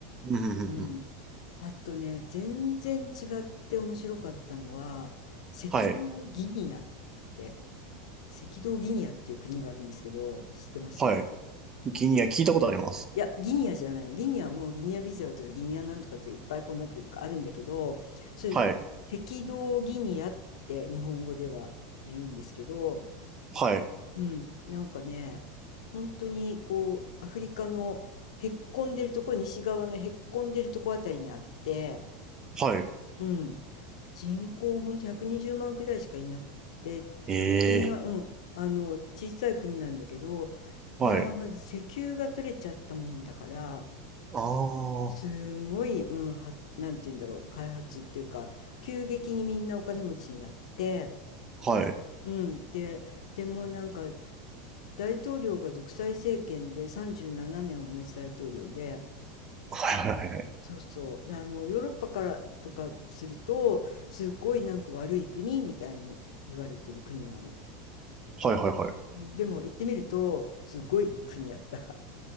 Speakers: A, on the right; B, on the left.
A: うん、うん、うん。
B: うん
A: うん
B: あとね、全然違って面白かったのは、赤道ギニアって、
A: はい。
B: 赤道ギニアっていう国があるんですけど、知ってます
A: はい。ギニア聞いたことあります。
B: いや、ギニアじゃないの。ギニアはもうギニアビザオとかギニアなんとかとかいっぱいこんな国とかあるんだけど、それ、
A: はい。
B: 赤道ギニアって日本語では言うんですけど、
A: はい。
B: うん、なんかね、本当にこう、アフリカのへっこんでるとこ、西側のへっこんでるとこあたりにあって、
A: はい。
B: うん。人口ほんと120万くにじゅうまんくらいしかいなくってそんなうんあの小さい国なんだけどいやーまず石油が取れちゃったもんだから
A: ええー。はい。ああ。
B: すんごい、
A: は
B: うん、はなんて言うんだろう開発っていうか急激にみんなお金持ちになって、
A: い。
B: うん、で、でもなんか大統領が独裁政権で37年同じ大統領で
A: はい、はい、はい。
B: そうそう。であの、ヨーロッパからとかすると、すっごいなんか悪い国みたいに言われてる国なの。
A: はい、はい、はい。
B: うんでも行ってみると、すっごいいい国だった。